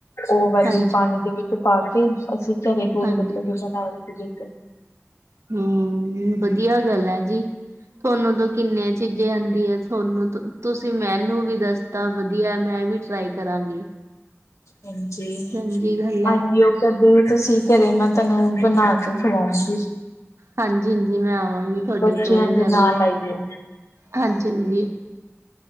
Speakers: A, on the left; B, on the right.
A: ਉਹ ਵਾਲੀ
B: ਹਾਂਜੀ।
A: ਪਾਣੀ ਦੇ ਵਿੱਚ ਪਾ ਕੇ ਅਸੀਂ ਘਰੇ ਗੋਲ
B: ਹਾਂਜੀ,
A: ਗੱਪੇ ਵੀ ਬਣਾਏ ਸੀਗੇ
B: ਹਮ ਵਧੀਆ ਗੱਲ ਹੈ ਜੀ ਤੁਹਾਨੂੰ ਤੋਂ ਕਿੰਨੇ ਚੀਜੇ ਵਧ ਤੁਹਾਨੂੰ ਤੁਸੀਂ ਮੈਨੂੰ ਵੀ ਦੱਸਦਾ ਵਧੀਆ ਮੈਂ ਵੀ ਟਰਾਈ ਕਰਾਂਗੀ
A: ਹਜੀ
B: ਚੰਗੀ ਗੱਲ ਐ।
A: ਅਨਯ ਕਦੇ ਤੁਸੀਂ ਘਰੇ ਮੈਂ ਤੈਨੂੰ ਬਣਾ ਕੇ ਖਵਾਉਂਗੀ
B: ਹਾਂਜੀ ਹਾਂਜੀ ਮੈਂ ਆਵਾਂਗੀ ਤੁਹਾਡੇ
A: ਬੱਚਿਆਂ
B: ਕੋਲ ਜਰੂਰ
A: ਦੇ ਨਾਲ ਆਈਓ
B: ਹਾਂਜੀ ਹਾਂਜੀ